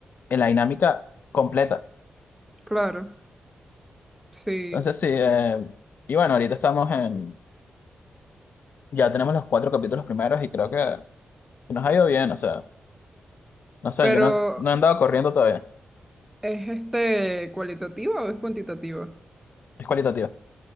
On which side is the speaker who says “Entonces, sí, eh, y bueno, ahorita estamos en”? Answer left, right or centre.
Left